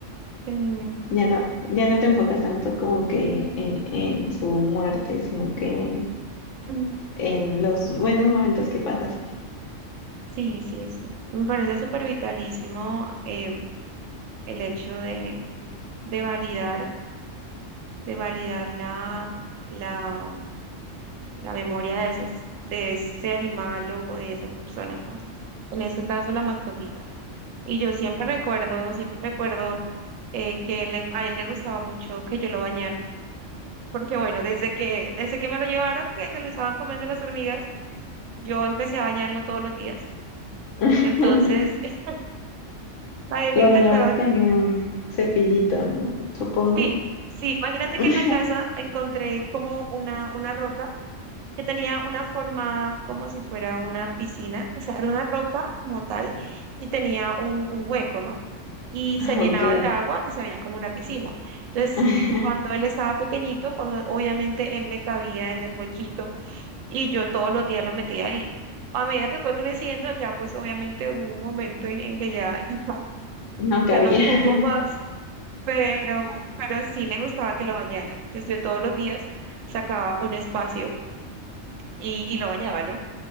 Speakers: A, on the right (about 80°); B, on the left (about 75°).
A: Mm,
B: Ya no, ya no te enfocas tanto como que eh, en su muerte, sino que
A: mm,
B: en los buenos momentos que pasaste.
A: sí, sí, sí. Me parece súper vitalísimo, em, el hecho de, de validar. de validar la, la, la memoria de esas, de ese animal o de esa persona, ¿no? En este caso, la mascotica. Y yo siempre recuerdo, siempre recuerdo eh, que le- a él le gustaba mucho que yo lo bañara, porque bueno, desde que, desde que me lo llevaron, que se lo estaban comiendo las hormigas, yo empecé a bañarlo todos los días.
B: <laughs>
A: Entonces, eh, a él
B: Lo
A: le encantaba,
B: bañabas con un cepillito, ¿no? Supongo.
A: sí, sí, imagínate
B: <laughs>
A: que en la casa encontré como una, una roca que tenía una forma como si fuera una piscina, o sea, era una roca como tal y tenía un, un hueco, ¿no? Y
B: Ah,
A: se llenaba
B: Ok.
A: de agua y se veía como una piscina. Entonces,
B: <laughs>
A: cuando él estaba pequeñito, pues obviamente él me cabía en el huequito y yo todos los días lo metía ahí. A medida que fue creciendo, ya pues obviamente hubo un momento en, en que ya, <laughs> ya,
B: No cabía.
A: ya no ocupo más, pero, pero sí le gustaba que lo bañara. Entonces yo todos los días sacaba un espacio y, y lo bañaba, ¿no?